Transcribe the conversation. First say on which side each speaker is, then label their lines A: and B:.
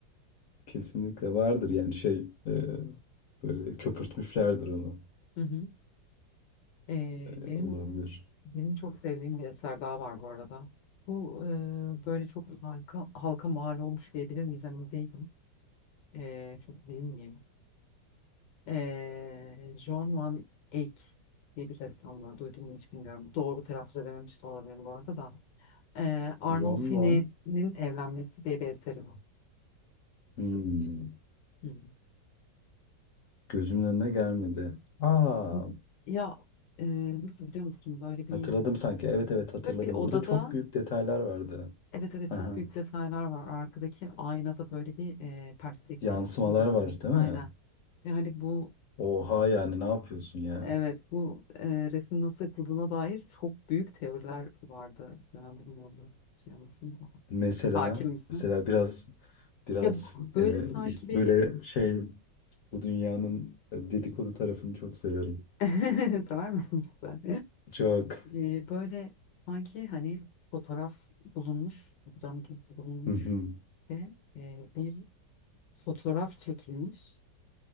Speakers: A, on the left; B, on the left.
A: Kesinlikle vardır yani şey e, böyle köpürtmüşlerdir onu.
B: Hı hı. Ee,
A: E,
B: benim
A: olabilir.
B: benim çok sevdiğim bir eser daha var bu arada. Bu e, böyle çok halka halka mal olmuş diyebilir miyiz emin değilim. Ee, çok bilmiyorum. Ee, John Van Eyck diye bir ressam var. Duydun mu hiç bilmiyorum. Doğru telaffuz edememiş de olabilirim bu arada da. Ee, Arnolfini'nin
A: Ron Von
B: Evlenmesi diye bir eseri var.
A: hmm,
B: Hı
A: gözümün önüne gelmedi. Aa
B: hı. Ya e, nasıl biliyor musun böyle bir
A: hatırladım sanki. Evet evet hatırladım.
B: böyle bir odada
A: Burada çok büyük detaylar vardı.
B: evet evet
A: Aha,
B: çok büyük detaylar var arkadaki aynada böyle bir e, perspektif
A: yansımalar
B: kullanılmış
A: var değil
B: aynen
A: mi?
B: ve hani bu
A: Oha yani ne yapıyorsun ya?
B: evet bu e, resmin nasıl yapıldığına dair çok büyük teoriler vardı ben bilmiyorum şey misin
A: Mesela
B: hakim misin
A: mesela biraz biraz
B: ya böyle
A: e,
B: sanki bir
A: böyle şey bu dünyanın dedikodu tarafını çok severim.
B: <laughs> sever misin süper
A: Çok.
B: E, böyle sanki hani fotoğraf bulunmuş, fotoğraf makinesi bulunmuş
A: Hı hı.
B: ve e, bir fotoğraf çekilmiş.